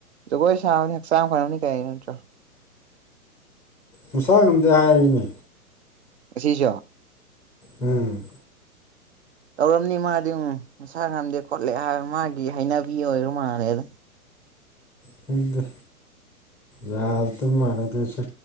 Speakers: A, on the right (about 45°); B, in the centre.
A: ꯖꯒꯣꯏ ꯁꯥꯕꯅꯤ ꯍꯛꯆꯥꯡ ꯐꯔꯝꯅꯤ ꯀꯩ ꯍꯥꯏ ꯅꯠꯇ꯭ꯔꯣ
B: ꯃꯁꯥ ꯉꯝꯗꯦ ꯍꯥꯏꯔꯤꯅꯤ
A: ꯉꯁꯤꯁꫭ
B: ꯎꯝ
A: ꯇꯧꯔꯝꯅꯤ ꯃꯥꯗꯤ ꯎꯝ ꯃꯁꯥ ꯉꯝꯗꯦ ꯈꯣꯠꯂꯦ ꯍꯥꯏꯔꯒꯥ ꯃꯥꯒꯤ ꯍꯩꯅꯕꯤ ꯑꯣꯏꯔ ꯃꯥꯜꯂꯦꯗ
B: ꯈꯪꯗ ꯌꯥꯕꯗ ꯃꯥꯟꯅꯗꯣꯏꯁꯨ